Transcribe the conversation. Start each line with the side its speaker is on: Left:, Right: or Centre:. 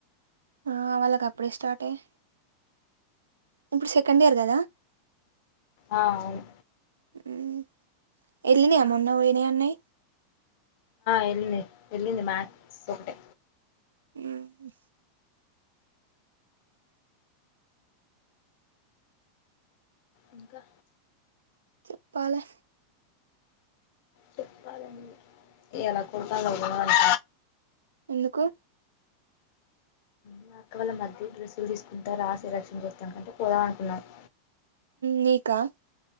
Right: ఆ వాళ్ళకి అప్పుడే స్టార్ట్ అయి ఇప్పుడు సెకండ్ ఇయర్ కదా
Left: ఆ అవును
Right: హ్మ్ వెళ్ళినవ మొన్న పోయినాయి అన్ని
Left: వెళ్ళినయి వెళ్ళింది మ్యాథ్స్ ఒకటే
Right: హ్మ్
Left: ఇంకా.
Right: చెప్పాలే.
Left: చెప్పాలండి. ఇయాలా గుడు దాకా పోవాలి.
Right: ఎందుకు.
Left: మా అక్క వాళ్ల మరిది డ్రస్సులు తీసుకుంటా రా శ్రీలక్ష్మి కోస్తా పోద అంటున్నామ్.
Right: నీకా.